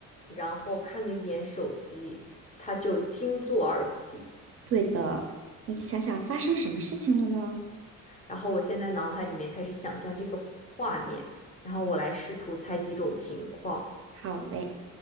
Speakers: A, on the left; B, on the right.
A: 然后看了一眼手机，他就惊坐而起。
B: 对的，你想想发生什么事情了呢？
A: 然后我现在脑海里面开始想象这个画面，然后我来试图猜几种情况。
B: 好嘞。